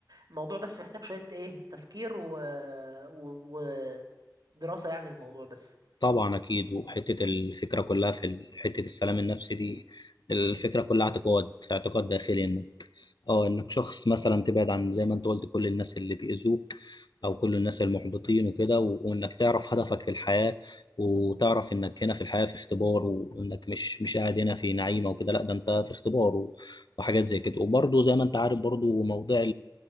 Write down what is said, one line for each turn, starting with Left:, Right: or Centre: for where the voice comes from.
Right: الموضوع بس محتاج شوية ايه تفكير و... و... ودراسة يعني الموضوع بس
Left: طبعا اكيد وحته الفكره كلها في ال- حته السلام النفسي دي الفكره كلها اعتقاد اعتقاد داخلي انك اه انك شخص مثلا تبعد عن زي ما انت قلت كل الناس اللي بيأذوك او كل الناس المحبطين وكده و- وانك تعرف هدفك في الحياه وتعرف انك هنا في الحياه في اختبار وانك مش مش قاعد هنا في نعيمه وكده لا ده انت في اختبار و- وحاجات زي كده وبرضه زي ما انت عارف برضه موضوع